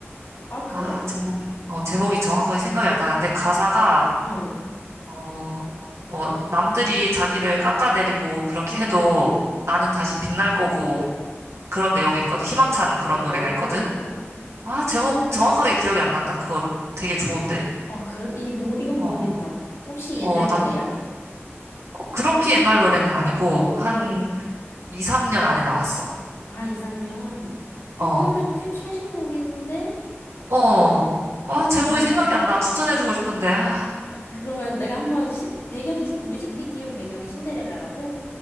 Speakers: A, on the left; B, on the right.
A: 아, 그래?
B: 아, 제목이 어, 제목이 정확하게 생각이 안 나는데 가사가
A: 어,
B: 어, 뭐 남들이 자기를 깎아내리고 그렇게
A: 음.
B: 해도 나는 다시 빛날 거고 그런 내용이 있거든. 희망찬 그런
A: 오.
B: 노래가 있거든. 아, 제목
A: 어,
B: 정확하게 기억이 안 난다. 그거 되게 좋은데.
A: 아, 그래? 이, 모, 이건
B: 어,
A: 모르겠다. 혹시 옛날
B: 어, 나
A: 노래야?
B: 그렇게 옛날 노래는 아니고, 한
A: 응.
B: 2, 3년 안에 나왔어.
A: 아, 2, 3년. 어,
B: 어,
A: 그러면 꽤 최신곡인데?
B: 어. 아,
A: 아,
B: 제목이 생각이 안 나. 추천해주고 싶은데, 아.
A: 아, 그, 그러면 내가 한번 시, 배경이, 시- 뮤직비디오 배경이 신데렐라라고?